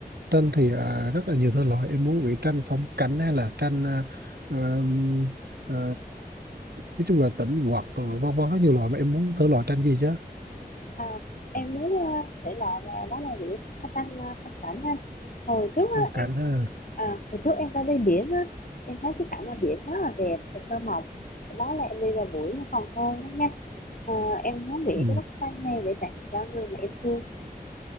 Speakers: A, on the right; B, on the left.
A: tranh thì à, rất là nhiều thể loại em muốn vẽ tranh phong cảnh hay là tranh à, ờm, ờ, nói chung là tĩnh hoặc rồi vân vân rất nhiều loại mà em muốn thể loại tranh gì chứ
B: À, em muốn ờ, thể loại là đó là vẽ phát tranh ờ, phong cảnh á. Hồi trước á
A: phong
B: em
A: cảnh ha
B: à, hồi trước em ra đi biển á em thấy cái cảnh ở biển rất là đẹp và thơ mộng. Đó là em đi vào buổi hoàng hôn đó nha. Ờ, em muốn vẽ
A: ừ.
B: cái bức tranh này để tặng cho người mà em thương.